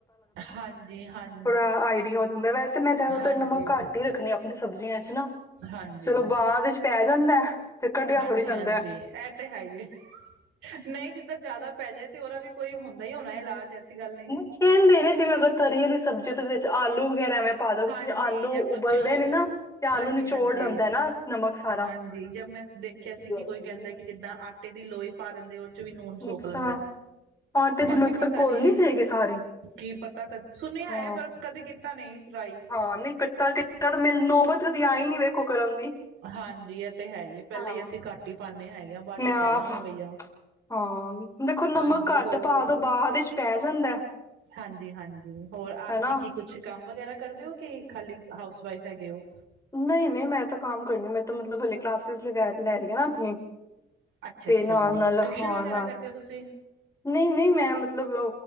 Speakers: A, on the right (about 80°); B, on the left (about 15°).
A: ਹਾਂਜੀ- ਹਾਂਜੀ
B: ਥੋੜ੍ਹਾ ਆਈਡੀਆ ਹੋ ਜਾਂਦਾ ਵੈਸੇ ਮੈਂ ਜ਼ਿਆਦਾਤਰ
A: ਹਾਂਜੀ
B: ਨਮਕ ਘੱਟ ਹੀ ਰੱਖਣੀ ਆ ਆਪ ਸਬਜ਼ੀਆਂ ਚ ਨਾ,
A: ਹਾਂਜੀ
B: ਚਲੋ ਬਾਆਦ ਵਿੱਚ ਪੈ ਜਾਂਦਾ ਤੇ ਕੱਢਿਆ
A: ਹਾਂਜੀ
B: ਥੋੜ੍ਹੀ ਜਾਂਦਾ
A: -ਹਾਂਜੀ ਇਹ ਤਾਂ ਹੈ, ਹੀ ਨਹੀਂ ਜਿੱਦਾਂ ਜ਼ਿਆਦਾ ਪੈ ਜਾਏ ਤੇ ਉਹਦਾ ਵੀ ਕੋਈ ਹੁੰਦਾ ਹੀ ਹੋਣਾ ਇਲਾਜ ਐਸੀ ਗੱਲ ਨਹੀਂ
B: ਕਹਿਣ ਦੇ ਨੇ ਜਿਵੇਂ ਅਗਰ ਤਰੀ ਵਾਲੀ ਸਬਜੀ ਜਦੋ ਵਿੱਚ ਆਲੂ ਵਗੈਰਾ ਐਵੇਂ ਪਾ ਦੋ ਕਿਉਂਕਿ
A: ਹਾਂਜੀ
B: ਆਲੂ
A: ਜਾਂ ਕੁਛ
B: ਉਬਲਦੇ ਨੇ ਨਾ ਤੇ ਆਲੂ
A: ਹਾਂਜੀ
B: ਨਿਚੋੜ
A: ਹਾਂਜੀ
B: ਲੈਂਦਾ ਨਾ ਨਮਕ ਸਾਰਾ
A: ਹਾਂਜੀ ਜਬ ਮੈਂ ਦੇਖਿਆ
B: ਮੇਰੀ
A: ਸੀ
B: ਗੱਲ
A: ਕਿ ਕੋਈ
B: ਸਹੀ
A: ਕਹਿੰਦਾ
B: ਹੈ।
A: ਕਿ ਜਿੱਦਾਂ ਆਟੇ ਦੀ ਲੋਈ ਪਾ ਦਿੰਦੇ ਵਿੱਚ ਵੀ ਲੂਣ ਸੋਖ
B: ਅੱਛਾ
A: ਲੈਂਦਾ
B: ਆਟੇ
A: ਬਾਕੀ
B: ਦੀ ਲੁੱਥ
A: ਪਤਾ
B: ਫਿਰ ਕੋਲ
A: ਨੀ,
B: ਸੀਗੀ ਸਾਰੀ
A: ਕੀ ਪਤਾ ਸੁਣਿਆ
B: ਹਾਂ।
A: ਹੈ ਪਰ ਕਦੇ ਕੀਤਾ ਨਹੀਂ ਟਰਾਈ
B: ਹਾਂ ਨਹੀਂ ਕੀਤਾ ਮੇ ਕੀਤਾ ਨੌਬਤ ਨਹੀ ਆਈ ਨੀ ਕਦੇ ਕਰਨ ਦੀ
A: ਹਾਂਜੀ ਇਹ ਤੇ ਹੈ ਹੀ ਹੈ ਪਹਿਲਾਂ
B: ਹਾਂ।
A: ਹੀ ਅਸੀਂ ਘੱਟ ਹੀ ਪਾਉਂਦੇ ਹੈਗੇ ਆਂ ਬਾਅਦ ਚ
B: ਮੈਂ ਆਪ
A: ਪਾਲਾਂਗੇ ਬਈਆ
B: ਹਾਂ ਦੇਖੋ ਨਮਕ
A: ਹਾਂਜੀ
B: ਘੱਟ
A: ਹੋਰ
B: ਪਾਦੋ ਬਾਅਦ ਦੇ ਵਿੱਚ ਪੈ ਜਾਂਦਾ
A: ਹਾਂਜੀ- ਹਾਂਜੀ ਹੋਰ ਆਪ
B: ਹਨਾ।
A: ਜੀ ਕੀ ਕੁਛ ਕੰਮ ਵਗੈਰਾ ਕਰਦੇ ਹੋ ਕਿ ਖਾਲੀ ਹਾਊਸ ਵਈਫ ਹੈਗੇ ਉਹ
B: ਨਹੀਂ -ਨਹੀਂ ਮੈਂ ਤਾਂ ਕੰਮ ਕਰਨੀ ਮੈਂ ਤਾਂ ਮਤਲਬ ਹਲੇ ਕਲਾਸਿਸ ਲੈ ਰਹੀ ਹੈ ਨਾ ਆਪਣੀ
A: ਅੱਛਾ,
B: ਤੇ
A: ਅੱਛਾ
B: ਨਾਲ
A: ਜੀ
B: ਨਾਲ
A: ਟਿਊਸ਼ਨ
B: ਹਾਂ
A: ਵਗੈਰਾ
B: ਨਾਲ
A: ਕਰਦੇ ਹੋ ਤੁਸੀਂ
B: ਨਹੀਂ -ਨਹੀਂ ਮੈਂ ਮਤਲਬ